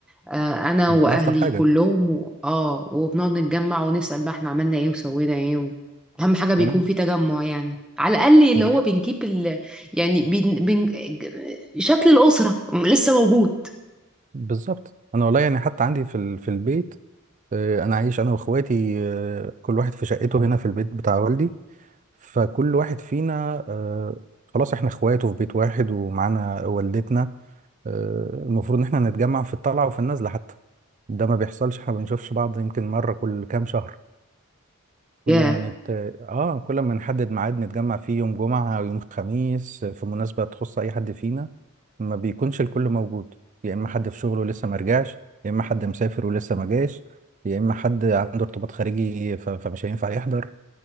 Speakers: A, in the centre; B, on the right.
A: آه انا
B: دي
A: واهلي
B: أفضل حاجة
A: كلهم و... اه وبنقعد نتجمع ونسأل بقى احنا عملنا ايه وسوينا ايه و... اهم حاجة بيكون
B: مم.
A: في تجمع يعني على الأقل اللي
B: دي
A: هو
B: ح-
A: بنجيب ال... يعني بن... بن... شكل الأسرة لسه موجود
B: بالظبط أنا والله يعني حتى عندي في ال... في البيت آه، أنا عايش أنا وإخواتي آه، كل واحد في شقته هنا في البيت بتاع والدي فكل واحد فينا آه، خلاص احنا اخواته في بيت واحد ومعانا والدتنا آه، المفروض ان احنا نتجمع في الطلعة وفي النزلة حتى ده ما بيحصلش احنا ما بنشوفش بعض يمكن مرة كل كام شهر كل
A: ياه
B: ما نت... اه كل ما نحدد ميعاد نتجمع فيه يوم جمعة او يوم خميس في مناسبة تخص اي حد فينا ما بيكونش الكل موجود يا اما حد في شغله ولسه ما رجعش يا اما حد مسافر ولسه ما جاش يا اما حد عنده ارتباط خارجي ف... فمش هينفع يحضر